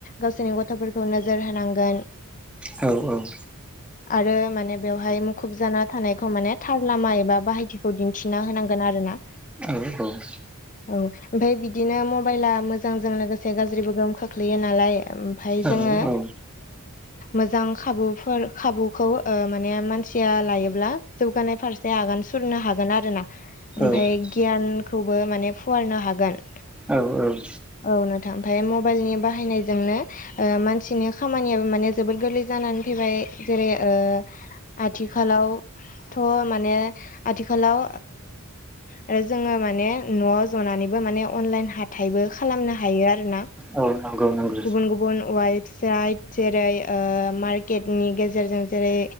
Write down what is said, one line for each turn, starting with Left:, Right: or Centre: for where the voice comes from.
Left: गावसोरनि गथ'फोरखौ नोजोर होनांगोन
Centre: औ औ
Left: आरो माने बेवहाय मुखुब जाना थानाय माने थार लामा एबा बाहायथिखौ दिन्थिना होनांगोन आरो ना
Centre: औ औ
Left: औ ओमफ्राय बिदिनो मबाइला मोजांजों लोगोसे गाज्रिबो गोहोम खोख्लैयो नालाय ओमफाय
Centre: औ
Left: जोङो मोजां खाबु फोर खाबुखौ माने मानसिया लायोब्ला जौगानाय फारसे आगान सुरनो हागोन आरो ना ओमफाय
Centre: औ
Left: गियानखौबो माने फुवारनो हागोन
Centre: औ औ
Left: औ नोंथां ओमफ्राय मबाइलनि बाहायनायजोंनो मानसिनि खामानियाबो माने जोबोर गोरलै जानानै फैबाय जेरै ओ आथिखालावथ' माने आथिखालाव आरो जोङो माने न'आव जनानैबो माने अनलाइन हाथाइबो खालामनो हायो आरो ना
Centre: औ नंगौ नंगौ
Left: गुबुन गुबुन वेबसाइट जेरै मक <unintelligible> मारकेटनि गेजेरजों जेरै